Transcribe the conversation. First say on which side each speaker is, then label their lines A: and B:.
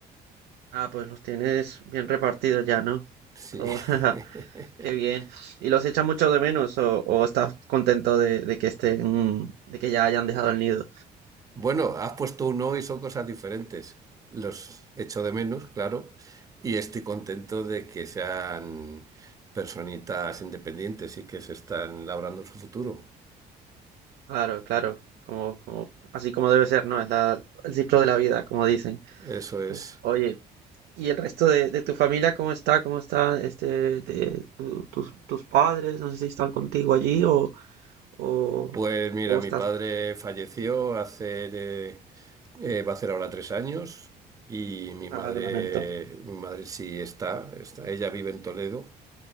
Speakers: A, on the right (about 75°); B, on the right (about 20°).
A: Ah, pues los tienes bien repartidos ya, ¿no?
B: Sí.
A: Todo.
B: <laughs>
A: <laughs> Qué bien. ¿Y los echas mucho de menos o, o estás contento de, de que estén, de que ya hayan dejado el nido?
B: Bueno, has puesto un no y son cosas diferentes. Los echo de menos, claro, y estoy contento de que sean personitas independientes y que se están labrando su futuro.
A: Claro, claro, como, como, así como debe ser, ¿no? Es la, el ciclo de la vida, como dicen.
B: Eso es.
A: Mm. Oye, ¿y el resto de, de tu familia cómo está? ¿Cómo está este de tu- tus, tus padres? No sé si están contigo allí o, o,
B: Pues mira,
A: o
B: mi
A: estás.
B: padre falleció hace, eh, eh, va a hacer ahora tres años y mi madre,
A: Ah, lo lamento.
B: mi madre sí está, está, ella vive en Toledo